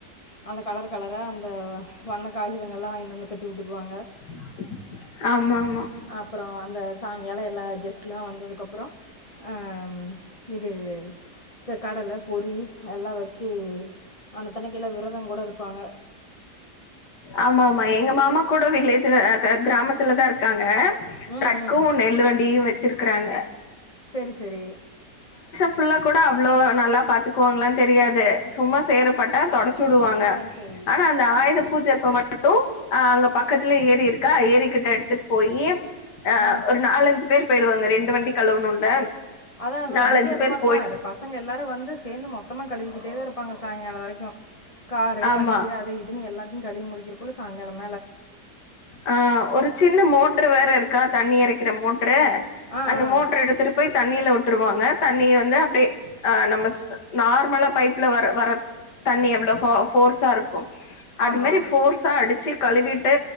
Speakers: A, on the left; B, on the left.
A: அந்த கலரு கலரா அந்த வண்ணக் காகிதங்கள்லா வாய்ன்னு வந்து கட்டிவுட்டுக்குவாங்க
B: <unintelligible> ஆமா
A: அப்றோ அந்த சாய்ங்கால எல்லா கெஸ்ட்லா வந்ததுக்கப்றோ அம் இது சோ கடல பொறி எல்லா வச்சு ஆனத்தனைக்கு எல்லா விரதங்கூட இருப்பாங்க
B: ஆமா ஆமா எங்க மாமா கூட வில்லேஜ்ல அ க கிராமத்துலதா இருக்காங்க
A: ம்
B: ட்ரக்கு
A: ம்
B: நெல்லு வண்டியையு வெச்சிருக்குறாங்க
A: செரி செரி
B: ஃபுல்லா கூட அவ்ளோ நல்லா பாத்துக்குவாங்களான் தெரியாது சும்மா சேருப்பட்டா தொடச் சுடுவாங்க
A: சரி சரி
B: ஆனா அந்த ஆயுத பூஜ க்கு மட்டு ஆ அங்க பக்கத்துலே ஏரி இருக்கா ஏரிக்கிட்ட எடுத்துட் போயி அ
A: ஆ
B: ஒரு நாலஞ்சு பேரு போயிடுவாங்க ரெண்டு வண்டி கழுவணுல்ல
A: அதா அதா
B: நாலஞ்சு
A: இங்கேயு அது
B: பேர்
A: மாரிதா
B: போயிட்டு
A: ரெ பசங்க எல்லாரு வந்துஸ் சேந்து மொத்தமா கழுவிக்கிட்டே தா இருப்பாங்க சாய்ங்கால வரைக்கு காரு
B: ஆமா
A: வண்டி அது இதுன்னு எல்லா கழுவி முடிக்கிறக்குல்ல சாய்ங்காலம்
B: ஆ ஒரு சின்ன மோட்ரு வேற இருக்கா தண்ணி எரைக்கிற மோட் ட்ரு
A: ஆ
B: அந்த
A: ஆ
B: மோட்ரு எடுத்துட்டு போய் தண்ணில விட் விடுவாங்க தண்ணி வந்து அப்டியே அ நம்ம நார்மலா பைப்ல வர வர தண்ணி எவ்வளோ ஃபோ ஃபோர்ஸா இருக்கு அது
A: ஆமாம்
B: மாரி ஃபோர்ஸா அடுச்சு கழுவிட் ட்டு